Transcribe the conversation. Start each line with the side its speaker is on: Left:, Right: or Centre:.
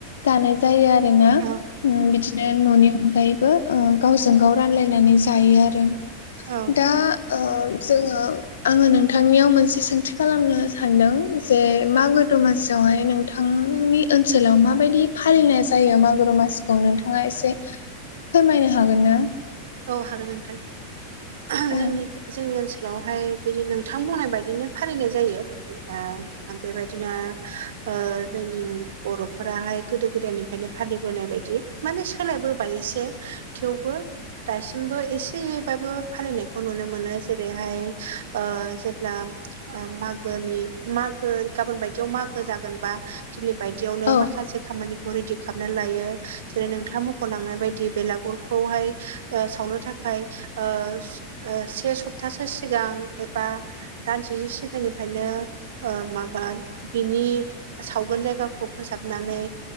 Left: जानाय जायो आरो ना ओ
Right: औ
Left: बिदिनो न'नि अनगायैबो ओ गावजों गाव रानलायनानै जायो आरो
Right: औ
Left: दा ओ जोङो आङो नोंथां नोंथांनिआव मोनसे सोंथि खालामनो सानदों जे मागो दमासियावहाय नोंथांनि ओनसोलाव माबायदि फालिनाय जायो मागो दमासिखौ नोंथांआ एसे फोरमायनो हागोन ना?
Right: औ हागोन नोंथां ओह
Left: ओं
Right: जोंनि जोंनि ओनसोलावहाय बिदिनो नोंथां बुंनाय बायदिनो फालिनाय जायो ओ‌ बेबायदिनो ओ‌ जोंनि बर'फोराहाय गोदो गोदायनिफ्रायनो फालिबोनाय बायदि मानि सोलायबोबाय एसे थेवबो दासिमबो एसेबाबो फालिनायखौ नुनो मोनो जेरैहाय ओ जेब्ला मागोनि मागो गाबोन बायदिआव मागो जागोनबा दिनै बायदिआवनो
Left: औ
Right: माखासे खामानिखौ खौ रेडि खालामनानै लायो जेरै नोंथांआ मख'लांनाय बायदि बेलागुरखौहाय ओ सावनो थाखाय ओ ओ से सप्तासो सिगां एबा दानसेसो सिगांनिफ्रायनो ओ‌ माबा बिनि सावगोन जायगाखौ फोसाबनानै